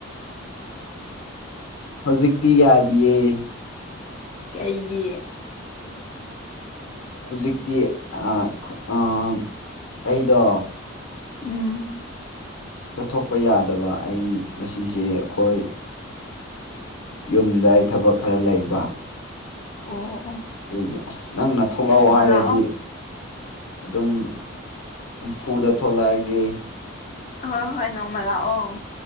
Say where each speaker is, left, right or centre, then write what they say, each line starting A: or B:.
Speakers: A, on the left; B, on the left.
A: ꯍꯧꯖꯤꯛꯇꯤ ꯌꯥꯗꯦꯌꯦ
B: ꯀꯩꯒꯤ
A: ꯍꯧꯖꯤꯛꯇꯤ ꯑꯥ ꯑꯥ ꯑꯩꯗꯣ
B: ꯎꯝ
A: ꯆꯠꯊꯣꯛꯄ ꯌꯥꯗꯕ ꯑꯩ ꯉꯁꯤꯁꯦ ꯑꯈꯣꯏ ꯌꯨꯝꯗ ꯑꯩ ꯊꯕꯛ ꯈꯔ ꯂꯩꯕ
B: ꯑꯣ ꯑꯣ
A: ꯑꯗꯨꯒꯤ ꯑꯁ ꯅꯪꯅ ꯊꯣꯛꯂꯛꯑꯣ
B: ꯅꯣꯡꯃ
A: ꯍꯥꯏꯔꯗꯤ
B: ꯂꯥꯛꯑꯣ
A: ꯑꯗꯨꯝ ꯍꯝꯐꯨꯗ ꯊꯂꯛꯑꯒꯦ
B: ꯍꯣꯏ ꯍꯣꯏ ꯅꯣꯡꯃ ꯂꯥꯛꯑꯣ